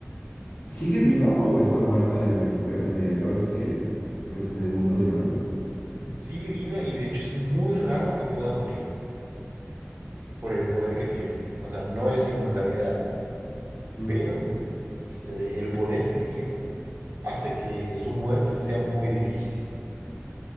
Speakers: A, on the left (about 45°); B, on the right (about 60°).
A: ¿sigue viva o está muerta en el, per- en el, ahora sí que, pues en el mundo de Marvel?
B: Sigue viva y de hecho es muy raro que pueda morir por el poder que tiene. O sea, no es inmortalidad,
A: Ujú.
B: pero este, de- el poder que tiene hace que su muerte sea muy difícil.